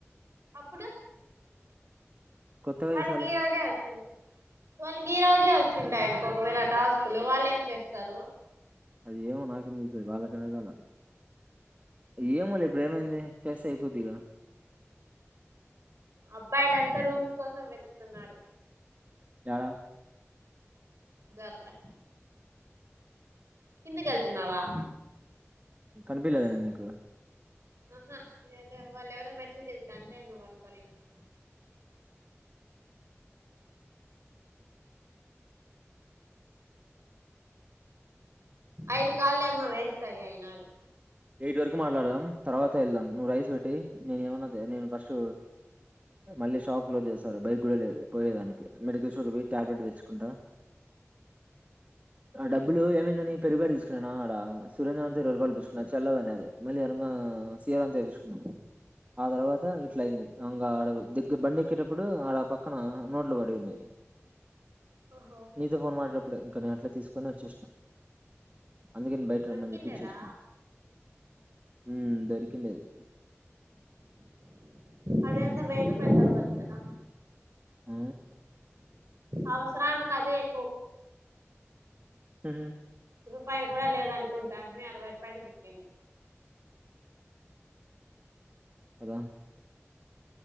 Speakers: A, on the right; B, on the right.
A: అప్పుడు
B: కొత్తగా
A: వాళ్ళకి
B: చేసే
A: ఈ రోజే వచ్చి వాళ్ళకి ఈ రోజే వచ్చింటాయనుకో ఒకవేళ టాస్కులు వాలెం చేస్తారు
B: అది ఏమో నాకేం తెలుస్తది వాళ్ళకినగాల ఏమోలే ఇప్పుడు ఏమైంది చేస్తే అయిపోద్ది గా
A: అబ్బాయిలుంతా రూమ్స్ కోసం వెతుకుతున్నారు.
B: యాడ
A: దో అక్కడ కిందకి ఏళ్తున్నావా
B: కనిపిలేద నేన్నికు
A: ఆహా వాళ్ళ ఎవరో మెట్లు దిగుతా అంటే నువ్్వ అనుకోనింటి ఐదు కాలేము వేస్ట్ అయ్యాయి నాావి
B: ఎయిట్ వరకు మాట్లాడదాం తర్వాత వెళ్దాం నువ్వు రైస్ పెట్టి నేను ఏమన్నా నే ఫస్ట్ మళ్ళీ షాప్ క్లోజ్ చేస్తారు బైక్ కూడా లేదు పోయే దానికి మెడికల్ స్టోర్ పోయి టాబ్లెట్ తెచ్చుకుంటా ఆ డబ్బులు ఏమైందని పెరుగుప్యాకెట్ తీసుకున్నానా ఆడ సురేంద్ర అంతే ఇరవై రూపాయలు థీస్ టల ఆన్నారు మళ్ళీ అరున్న సీరని తెపించుకున్నాం ఆ తర్వాత ఇట్ల అయింది అంగ ఆడ ది బండి ఎక్కేటప్పుడు ఆడ పక్కన నోట్లు పడింది
A: ఓహో
B: నీతో ఫోన్ మాటడేటప్పుడు ఇంక నే అట్లా తీసుకుని వచ్చేసిన. అందుకేని బయట
A: దొరికిండేదా
B: రమ్మని చెప్పి ఇచ్చేసిను. ఉ దొరికిండేది
A: అదేంత ఏందో వెయ్యి రూపాయలు దొరకొచ్చిన
B: ఆ
A: అవసరాను కదే <inaudible>
B: ఉమ్
A: రూపాయి కూడా లేద అనుకుంటాను మీ అరవై రూపాయలు చెప్పింది
B: కదా